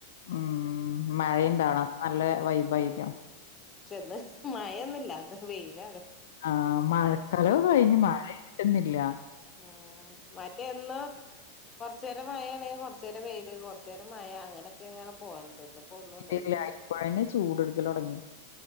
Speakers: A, on the left; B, on the left.
A: ഉം മഴയുണ്ടാവണം
B: ഉം
A: നല്ല വൈബായിരിക്കും
B: ആ ക്ഷെന്ന് മഴൊന്നുല്ല അത് വെയ്ലാണ്
A: ആ മഴക്കാലവും കഴിഞ്ഞ് മഴ കിട്ട്ന്നില്ല
B: ആ മറ്റേ എന്നോ കൊർച്ചേരം മയാണേ കൊർച്ചേരം വെയ്ല് കൊ ച്ചേരം മയ അങ്ങനെക്കെങ്ങനെ പോവണ്ട് ഇന്ന്പ്പോ ഒന്നുംണ്ടായിട്ട്ല്ല
A: കിട്ടിയില്ല ഇപ്പഴന്നെ ചൂടെടുക്കല് തൊടങ്ങി.